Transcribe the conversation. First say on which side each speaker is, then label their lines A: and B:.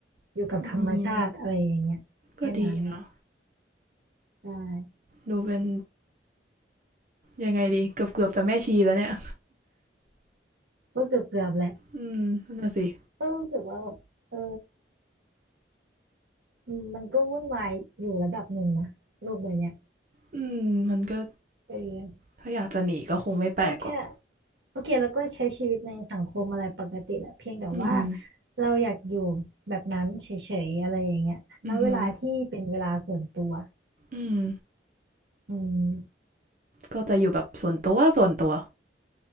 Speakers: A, on the right; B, on the right.
A: อยู่กับธรรมชาติอะไรอย่างเงี้ยแค่นั้น
B: อืมก็ดีนะ
A: ได้
B: ดูเป็นยังไงดีเกือบเกือบจะแม่ชีแล้วเนี่ย
A: ก็เกือบเกือบแหละ
B: อืมนั่นน่ะสิ
A: ก็รู้สึกว่าแบบเอออืมมันก็วุ่นวายอยู่ระดับหนึ่งนะโลกใบเนี้ย
B: อืมมันก็
A: เออ
B: ถ้าอยากจะหนีก็คงไม่แปลกหรอก
A: ก็แค่ โอเคแล้วก็ใช้ชีวิตในสังคมอะไรปกติแหละเพียงแต่ว่า
B: อืม
A: เราอยากอยู่แบบนั้นเฉยๆอะไรอย่างเงี้ยณเวลาที่เป็นเวลาส่วนตัว
B: อือหืออืม
A: อืม
B: ก็จะอยู่แบบส่วนตัวส่วนตัว